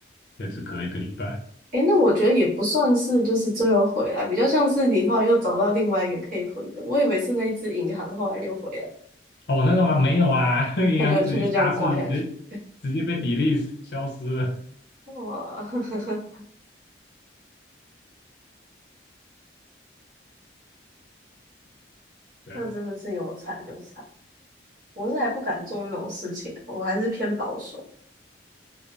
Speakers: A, on the left (about 60°); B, on the right (about 45°).
A: 这只隔一个礼拜。
B: 诶，那我觉得也不算是就是最后回来，比较像是你后来又找到另外一个可以回的。我以为是那一只银行后来又回来，
A: 哦，那个吗？没有啊，<laughs> 银行直接下次直接
B: 它就它就这样刮下去。
A: 直接被比 e l e t 消失了。
B: 哇，<laughs>
A: 对啊。
B: 那真的是有惨有惨，我是还不敢做那种事情，我还是偏保守。